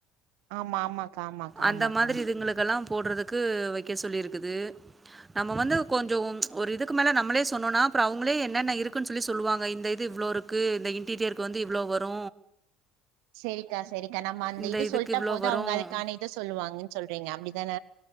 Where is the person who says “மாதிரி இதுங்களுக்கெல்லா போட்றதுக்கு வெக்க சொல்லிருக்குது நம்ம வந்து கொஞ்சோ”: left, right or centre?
Right